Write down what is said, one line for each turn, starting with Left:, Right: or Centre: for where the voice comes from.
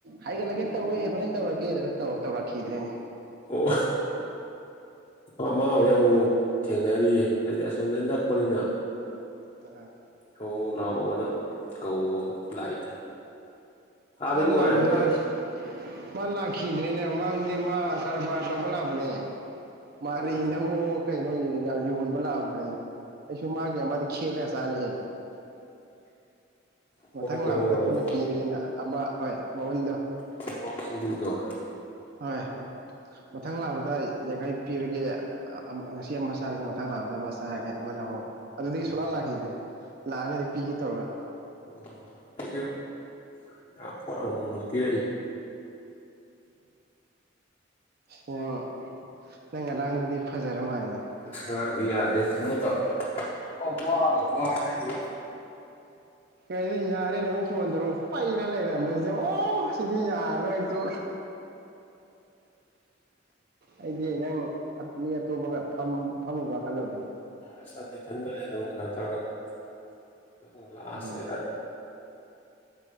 Right: ꯍꯥꯏꯒꯠꯂꯒꯦ ꯇꯧꯔꯦ ꯍꯣꯔꯦꯟ ꯇꯧꯔꯛꯀꯦ ꯑꯗꯨꯒ ꯇꯧꯔꯛ ꯇꯧꯔꯛꯈꯤꯗ꯭ꯔꯦꯅꯦ
Left: ꯑꯣ ꯑꯣ ꯃꯥꯕꯨꯗꯤ ꯑꯃꯨꯛ ꯃꯨꯛ ꯊꯦꯡꯅꯔꯤꯌꯦ ꯍꯥꯏꯗꯤ ꯑꯁꯣꯟꯗ ꯅꯛꯄꯅꯤꯅ
Right: ꯑꯉꯥꯡ
Left: ꯍꯧꯍꯧ ꯂꯥꯛꯑꯣꯅ ꯀꯧꯕꯕꯨ ꯂꯥꯛꯏ ꯑꯥꯗꯩ
Right: ꯑꯥ
Left: ꯅꯨꯡꯉꯥꯏꯕ
Right: ꯂꯥꯡ
Left: ꯃꯥꯗꯤ
Right: ꯂꯥꯡ ꯃꯥ ꯂꯥꯛꯈꯤꯗ꯭ꯔꯦꯅꯦ ꯃꯥꯡꯗꯤ ꯃꯥ ꯀ꯭ꯔꯕꯥꯔ ꯇꯧꯕ ꯂꯥꯛꯄꯅꯦ ꯃꯥꯔꯤꯅꯕꯑꯣ
Left: ꯀꯩꯅꯣ
Right: ꯀꯩꯅꯣ ꯌꯥꯝ ꯌꯣꯟꯕ ꯂꯥꯛꯑꯝꯕꯅꯦ ꯑꯩꯁꯨ ꯃꯥꯒꯤ ꯑꯃꯗꯤ ꯈꯦꯠꯂꯒ ꯆꯥꯔꯦꯍꯦ
Left: ꯑꯣ
Right: ꯃꯊꯪ
Left: ꯀꯩꯅꯣ
Right: ꯂꯥꯛꯕꯗ ꯄꯨꯟꯅ ꯄꯤꯔꯒꯦꯅ ꯑꯃ ꯍꯣꯏ ꯃꯋꯨꯟꯗꯣ
Left: ꯄꯨꯋꯣꯛ ꯁꯤꯡꯖꯨꯗꯣ
Right: ꯍꯣꯏ ꯃꯊꯪ ꯂꯥꯛꯕꯗ ꯌꯥꯡꯈꯩ ꯄꯤꯔꯒꯦ ꯉꯁꯤ ꯑꯃ ꯆꯥꯔꯒꯦ ꯃꯊꯪ ꯂꯥꯛꯕꯗ ꯑꯃ ꯆꯥꯔꯒꯦ ꯑꯃ ꯂꯧꯍꯧꯋꯦ ꯑꯗꯨꯗꯒꯤ
Left: ꯑꯣ
Right: ꯁꯨꯡꯂꯥꯛ ꯂꯥꯛꯈꯤꯗ꯭ꯔꯦ ꯂꯥꯛꯑꯒꯗꯤ ꯄꯤꯒꯦ ꯇꯧꯔ
Left: ꯑꯣ ꯑꯩꯁꯨ ꯉꯍꯥꯛ ꯄꯣꯠ ꯑꯃꯨꯛ ꯃꯨꯛꯄꯨꯗꯤ ꯄꯤꯔꯛꯏ
Right: ꯅꯪ ꯅꯪ ꯉꯔꯥꯡꯗꯨꯗꯤ ꯐꯖꯔ ꯃꯥꯜꯂꯦꯅꯦ
Left: ꯑꯁ ꯉꯔꯥꯡꯗꯤ ꯌꯥꯗ꯭ꯔꯦ ꯏꯊꯟꯗ ꯇꯧꯔꯒ ꯑꯧ ꯋꯥꯕꯅ ꯋꯥꯕꯅꯦ
Right: ꯑꯦ ꯀꯩꯅꯣ ꯌꯥꯔꯦ ꯅꯃꯨꯛ ꯐꯣꯟ ꯇꯧꯔꯛꯑꯣ ꯄꯩꯔ ꯂꯩꯔꯝꯃꯦ ꯑꯗ ꯑꯣ ꯁꯤꯗꯤ ꯌꯥꯔꯔꯣꯏ ꯇꯣ ꯑꯩꯗꯤ ꯅꯪ ꯃꯤ ꯑꯇꯣꯞꯄꯒ ꯐꯝ ꯐꯝꯃꯨꯕ꯭ꯔ ꯈꯜꯂꯨꯨꯔꯦ
Left: ꯑꯁ ꯇꯛꯇꯤ ꯏꯊꯟꯗꯅꯦ ꯑꯗꯨꯝ ꯈꯔ ꯇꯧꯔꯒ ꯑꯗꯨꯝ ꯂꯥꯁꯅꯦ
Right: ꯎꯝ